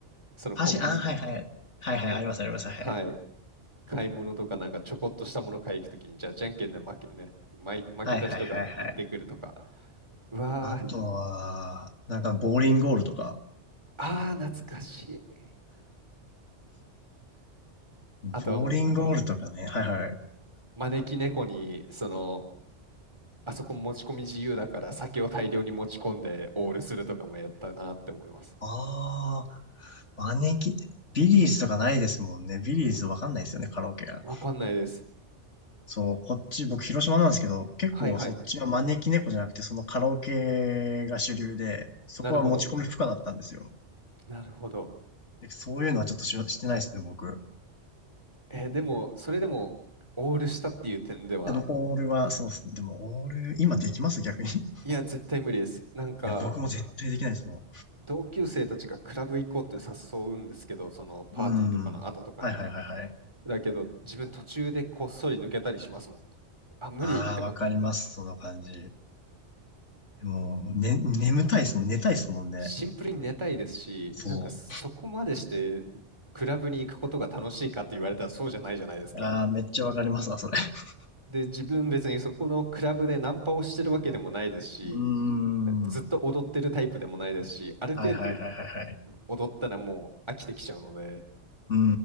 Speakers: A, on the right; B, on the left.
A: そのコンビニ、
B: パシ、あ、はいはい。はいはい、
A: コンはい。
B: ありますあります。はい。
A: 買い物とかなんかちょこっとしたもの買い行くときに、じゃあじゃんけんで負けね、負負けた人が行ってくるとか、
B: はいはいはいはい。
A: うわー、
B: あとは、なんか、ボーリングゴールとか。
A: あー、懐かしい。あとは
B: ボーリングゴールとかね。はいはい。
A: 招き猫に、その、あそこ持ち込み自由だから酒を大量に持ち込んでオールするとかもやったなって思います。
B: ああ、招き、ビリーズとかないですもんね。ビリーズわかんないですよね、カラオケが。
A: わかんないです。
B: そう、こっち、僕、広島なんですけど、結構そっちは招き猫じゃなくて、
A: はいはい。
B: そのカラオケが主流で、そこは持ち込み不可だったんですよ。
A: なるほど。なるほど。
B: で、そういうのはちょっとし、してないですね、僕。
A: えーでも、それでもオールしたっていう点では、
B: あの、オールは、そうですね。でも、オール、今できます逆に。<laughs>
A: いや、絶対無理です。なんか、
B: いや、僕も絶対できないですも
A: 同級生たちがクラブ行こうって誘うんですけど、そのパーティーとかの後とかに。
B: ん。うん。はいはいはいはい。
A: だけど、自分途中でこっそり抜けたりしますもん。あ、無理って思って。
B: ああ、わかります、その感じ。もう、ね、眠たいですもん、寝たいですもんね。
A: シンプルにね寝たいですし、
B: そ
A: なんかそこまでしてクラブに行くことが楽しいかって言われたらそうじゃないじゃないですか。
B: う。ああ、めっちゃわかりますわ、それ。<laughs>
A: で、自分別にそこのクラブでナンパをしてるわけでもないですし、
B: うーん。
A: ずっと踊ってるタイプでもないですし、ある程度
B: はいはいはいはいはい。
A: 踊ったらもう飽きてきちゃうので、
B: うー